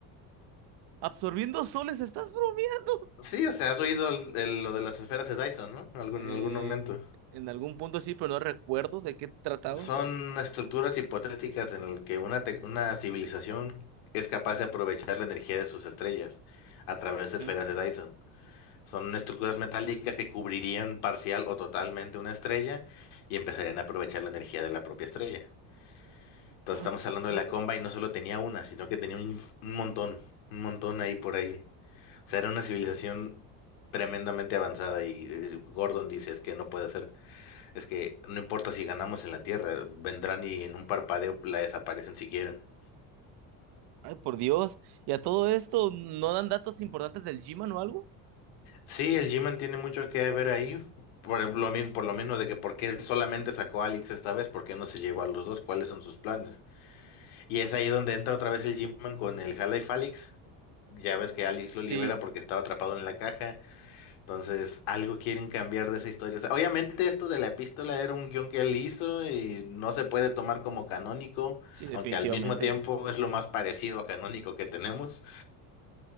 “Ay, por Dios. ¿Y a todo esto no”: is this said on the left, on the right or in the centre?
Right